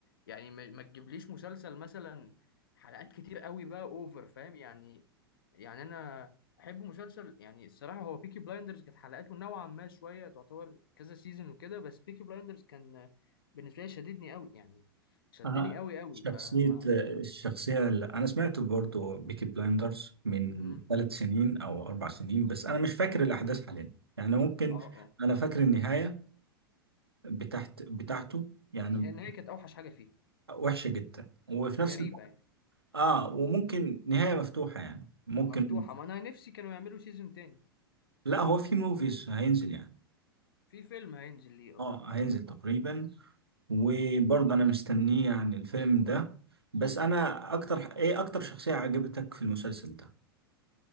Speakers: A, on the left (about 65°); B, on the right (about 85°).
A: يعني ما ما تجيبليش مسلسل مثلا حلقات كتير قوي بقى اوفر فاهم يعني يعني انا احب مسلسل يعني الصراحة هو بيكي بلايندرز كانت حلقاته نوعا ما شوية تعتبر كذا سيزون وكده بس بيكي بلايندرز كان بالنسبة لي شددني قوي يعني شدني
B: أنا
A: قوي قوي
B: شخصية
A: فما
B: الشخصية اللي أنا سمعته برضو بيكي بلايندرز من
A: مم.
B: ثلاث سنين أو أربع سنين بس أنا مش فاكر الأحداث حاليا يعني ممكن
A: اه اه
B: أنا فاكر النهاية بتاعت بتاعته يعني
A: هي النهاية كانت اوحش حاجة فيه
B: وحشة جدا وفي
A: غريبة
B: نفس الوقت
A: يعني
B: آه وممكن نهاية مفتوحة يعني ممكن
A: مفتوحة ما انا نفسي كانوا يعملوا سيزون تاني
B: لا هو في موفيز هينزل يعني
A: في فيلم هينزل ليه اه
B: اه هينزل تقريبا وبرضه انا مستنيه يعني الفيلم ده بس انا اكتر ايه اكتر شخصية عجبتك في المسلسل ده